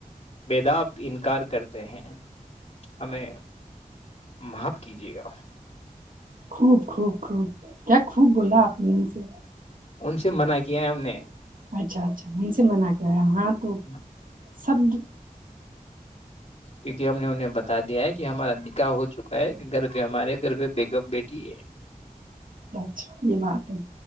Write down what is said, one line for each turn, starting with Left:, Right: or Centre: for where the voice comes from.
Left: بیداب ان کی کار کرتے ہیں ہمیں معاف کیجیے گا
Right: خوب خوب خوب کیا خوب بولا آپ مین سے
Left: ان سے منع کیا ہے ہم نے
Right: اچھا اچھا یہیں سے منع کر ہاں
Left: ہ <unintelligible>
Right: تو سبد <unintelligible>
Left: کیونکہ ہم نے انہیں بتا دیا ہے کہ ہمارا نکاح ہو چکا ہے کہ گھر پہ ہمارے گھر پہ بیگم بیٹی ہے
Right: اچ یہ بات ہے